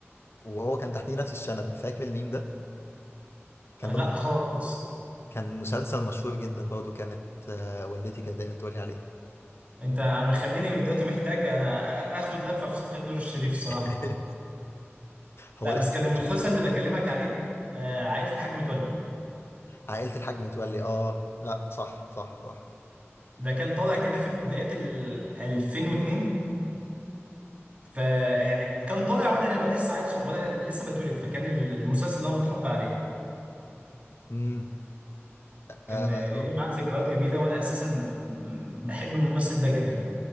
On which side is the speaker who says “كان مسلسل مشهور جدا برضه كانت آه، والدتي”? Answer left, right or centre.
Left